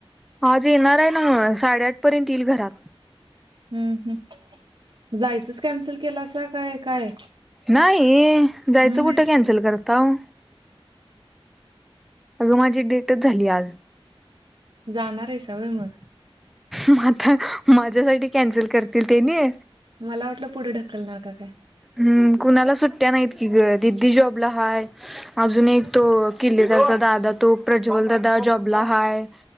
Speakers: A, in the centre; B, on the right (about 50°).
A: आज येणार आय नव्ह, साडेआठ पर्यंत येईल घरात
B: हमम हम जायचंच कॅन्सल केलासा काय काय
A: नाही, जायचं
B: हम्म
A: कुठं कॅन्सल करताव अगं माझी डेटच झाली आज
B: जाणार आहेसा व्हय मग
A: म आता, माझ्यासाठी कॅन्सल करतील ते नी
B: मला वाटलं पुढे ढकलणार का काय?
A: हमम कुणाला सुट्ट्या नाहीत की ग, दिदी जॉबला हाय अजून एक तो, किल्लेदारचा दादा तो, प्रज्वल दादा जॉबला हाय